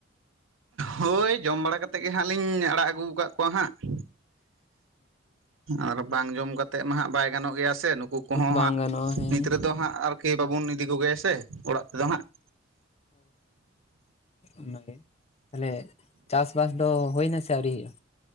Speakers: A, on the right; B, on the left.
A: ᱦᱳᱭ ᱡᱚᱢ ᱵᱟᱲᱟ ᱠᱟᱛᱮᱜ ᱜᱮ ᱦᱟᱸᱜ ᱞᱤᱧ ᱟᱲᱟᱜ ᱟᱹᱜᱩ ᱟᱠᱟᱫ ᱠᱚᱣᱟ ᱦᱟᱸᱜ ᱾ ᱟᱨ ᱵᱟᱝ ᱡᱚᱢ ᱠᱟᱛᱮᱜ ᱢᱟ ᱦᱟᱸᱜ ᱵᱟᱭ ᱜᱟᱱᱚᱜ ᱜᱮᱭᱟ ᱥᱮ ᱱᱩᱠᱩ ᱠᱚᱦᱚᱸ
B: ᱵᱟᱝ
A: ᱦᱟᱸᱜ
B: ᱜᱟᱱᱚᱜᱼᱟ ᱦᱮᱸ᱾
A: ᱱᱤᱛ ᱨᱮᱫᱚ ᱦᱟᱸᱜ ᱟᱨᱠᱤ ᱵᱟᱵᱚᱱ ᱤᱫᱤ ᱠᱚᱜᱮᱭᱟ ᱥᱮ ᱚᱲᱟᱜ ᱛᱮᱫᱚ ᱦᱟᱸᱜ ᱾
B: ᱚᱱᱟ ᱜᱮ, ᱛᱟᱦᱚᱞᱮ ᱪᱟᱥ ᱵᱟᱥ ᱫᱚ ᱦᱩᱭ ᱮᱱᱟ ᱥᱮ ᱟᱹᱣᱨᱤ ᱦᱩᱭᱩᱜ-ᱟ?